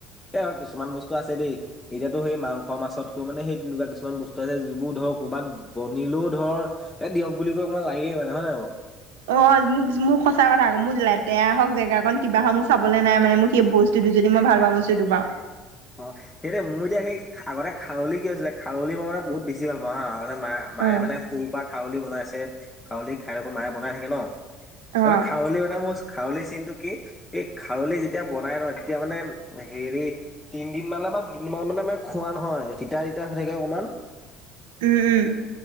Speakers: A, on the left (about 15°); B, on the right (about 70°).
A: এই কিছুমান বস্তু আছে দেই, এতিয়াতো সেই মাংস মাছতকো মানে সেই তেনেকুৱা কিছুমান বস্তু আছে যিবোৰ ধৰ ধ ক'ৰবাত বনিলেও ধৰ এ দিয়ক বুলি কৈ অকমান লাগেই মানে হয় নে নাই বাৰু
B: অ মোক মোৰ সঁচা কথা আকৌ মোৰ লেতেৰা হওঁক জেগা কন কিবা হওঁ মোক চাবলৈ নাই মানে মোক সেই বস্তু যদি মই ভালপোৱা বস্তুটো পাওঁ।
A: অ', সেইটোৱে মোৰ এতিয়া সেই আগতে খাৰলি কি হৈছিলে, খাৰলি মই মানে বহুত বেছি ভাল পাওঁ হা মা-মায়ে
B: অ
A: মানে সৰুৰ পৰা খাৰলী বনাইছে, খাৰলি খাই থাকোঁ মায়ে বনাই থাকে ন তাৰপা
B: অ
A: খাৰলি মানে <unintelligible> খাৰলি চিনটো কি এই খাৰলি যেতিয়া বনাই ন তেতিয়া মানে হেৰি তিনিদিন মানে বা দুদিন ম মানে মে খোৱা নহয় তিতা তিতা হৈ থাকে অকণমান
B: উম, উম।